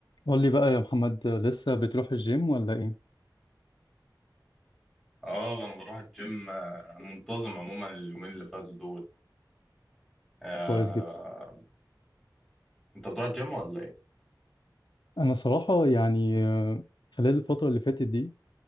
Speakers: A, on the left; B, in the centre.
A: قول لي بقى يا محمد لسه بتروح الجيم ولا ايه؟
B: اه انا بروح الجيم آه، انا منتظم عموما اليومين اللي فاتوا دول آه،
A: كويس جدا
B: انت بتروح الجيم ولا ايه
A: انا صراحة يعني آه، خلال الفترة اللي فاتت دي